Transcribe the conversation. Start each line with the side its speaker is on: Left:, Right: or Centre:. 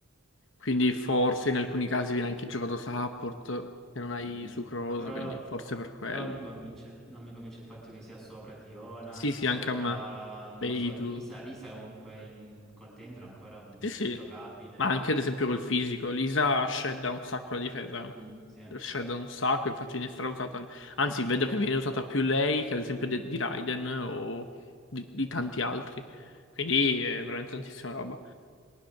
Left: quindi forse in alcuni casi viene anche giocato support, che non hai
Centre: Mm.
Left: Sucroso,
Centre: Però,
Left: quindi forse per quello.
Centre: però mi convince, il- non mi convince il fatto che sia sopra Diona,
Left: Sì, sì,
Centre: sopra,
Left: anche a me.
Centre: non
Left: Beidou.
Centre: lo so, Lisa. Lisa comunque in- con dentro è ancora mm,
Left: Sì, sì.
Centre: giocabile.
Left: Ma anche ad esempio col fisico, Lisa shredda un sacco la difesa.
Centre: Mm, sì.
Left: Shredda un sacco, infatti viene strausata. Anzi, vedo che viene usata più lei che ad esempio de- di Raiden o di, di tanti altri. Quindi
Centre: Mm.
Left: è veramente tantissima roba.